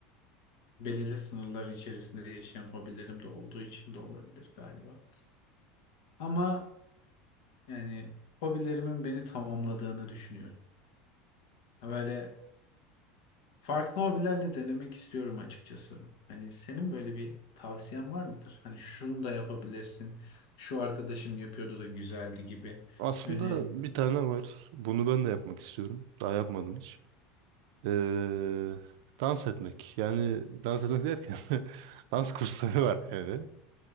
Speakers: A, on the left (about 75°); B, on the right (about 70°).
A: belirli sınırlar içerisinde yaşayan hobilerim de olduğu için de olabilir galiba. Ama yani hobilerimin beni tamamladığını düşünüyorum. Ha Böyle farklı hobilerle denemek istiyorum açıkçası. Hani senin böyle bir tavsiyen var mıdır? Hani şunu da yapabilirsin. Şu arkadaşım yapıyordu da güzeldi gibi.
B: Aslında
A: Öneri
B: bir tane var. Bunu ben de yapmak istiyorum. Daha yapmadım hiç. Ee, dans etmek. Yani dans etmek derken <laughs> dans kursları var yani.